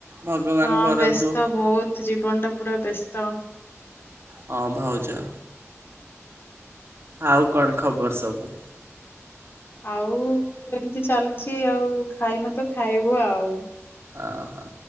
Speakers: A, on the right (about 50°); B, on the left (about 45°).
A: ଭଗବାନ
B: ହଁ
A: କରନ୍ତୁ
B: ବ୍ୟସ୍ତ ବହୁତ ଜୀବନ ଟା ପୁରା ବ୍ୟସ୍ତ।
A: ହଁ ଭାଉଜ। ଆଉ କଣ ଖବର ସବୁ?
B: ଆଉ ଏମିତି ଚାଲିଛି ଆଉ ଖାଇନ ତ ଖାଇବୁ ଆଉ।
A: ଅ ହଁ।